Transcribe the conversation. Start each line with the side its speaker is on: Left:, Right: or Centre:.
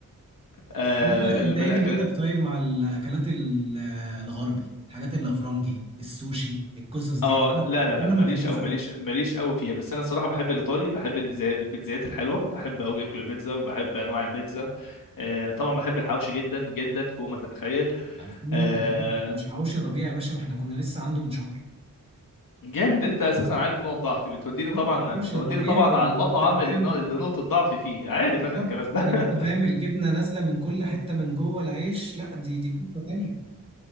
Left: آه
Right: انت انت
Left: من
Right: ايه
Left: الاكلات
Right: دنيتك طيب مع الاكلات ال- الغربي الحاجات الافرنجي السوشي القصص
Left: اه
Right: دي عشان
Left: لا
Right: عمرنا
Left: لا لا ماليش
Right: ما كان ناس
Left: او ماليش ماليش قوي فيها بس انا الصراحه بحب الايطالي بحب البيتزا- البيتزايات الحلوه بحب قوي اكل البيتزا وبحب انواع البيتزا آه طبعا بحب الحوشي جدا جدا فوق ما تتخيل
Right: يعني في مين
Left: آه
Right: ما بيحبش مش حواوشي الربيع يا باشا ما احنا كنا لسه عنده من شهر
Left: جامد انت اساسا عارف نقط ضعفي بتوديني
Right: اه
Left: طبعا
Right: حواوشي
Left: بتوديني
Right: الربيع
Left: طبعا
Right: انت
Left: على المطعم اللي
Right: فاهم
Left: نق- اللي نقطه ضعفي فيه عارف
Right: بالظبط
Left: انا الكلام
Right: يعني
Left: ده <laughs>
Right: انت فاهم الجبنه نازله من كل حته من جوه العيش لا دي دي قصه تانيه